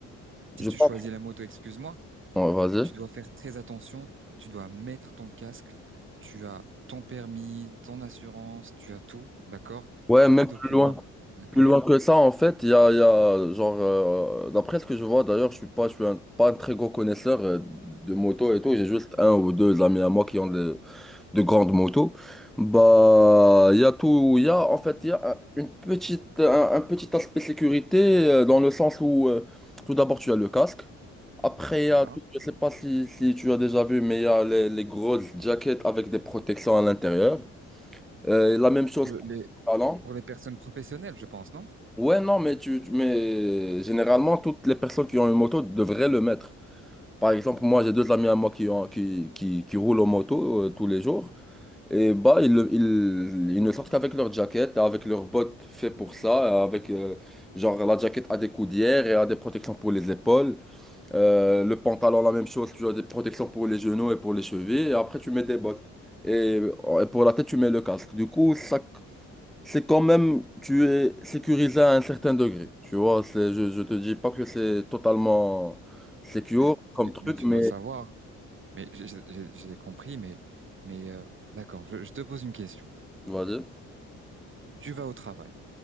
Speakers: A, on the right; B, in the centre.
A: si
B: je
A: tu
B: pense.
A: choisis la moto, excuse-moi,
B: Ouais, vas-y.
A: Tu dois faire très attention, tu dois mettre ton casque, tu as ton permis, ton assurance, tu as tout, d'accord?
B: Ouais,
A: Tous
B: même
A: les documents,
B: plus loin.
A: d'accord?
B: Plus loin que ça, en fait, il y a, il y a, genre, euh, d'après ce que je vois, d'ailleurs, je suis pas, je suis un- pas un très gros connaisseur euh, de moto et tout. J'ai juste un ou deux amis à moi qui ont de, de grandes motos. Bah, il y a tout, il y a, en fait, il y a un- une petite, un, un petit aspect sécurité euh, dans le sens où, euh, tout d'abord, tu as le casque. Après, il y
A: D'accord?
B: a tout, je sais pas si, si tu as déjà vu, mais il y a les, les grosses jackets avec des protections à l'intérieur. Euh, la même chose
A: Le-
B: pour
A: les,
B: les pantalons.
A: pour les personnes professionnelles, je pense, non?
B: Ouais, non, mais tu, tu- mais généralement, toutes les personnes qui ont une moto devraient le mettre. Par exemple, moi, j'ai deux amis à moi qui ont, qui, qui, qui roulent en moto euh, tous les jours. Et bah, ils, le- ils, ils ne sortent qu'avec leur jaquette, avec leurs bottes faites pour ça, avec, euh, genre, la jaquette a des coudières et a des protections pour les épaules. Euh, le pantalon, la même chose, tu as des protections pour les genoux et pour les chevilles. Et après, tu mets des bottes. Et, et pour la tête, tu mets le casque. Du coup, ça c'est quand même, tu es sécurisé à un certain degré. Tu vois, c'est, je, je te dis pas que c'est totalement secure
A: Mais,
B: comme
A: mais,
B: truc,
A: mais tu
B: mais
A: dois savoir. Mais j'ai j'ai- j'ai compris, mais, mais euh, d'accord, je je te pose une question.
B: vas-y.
A: Tu vas au travail.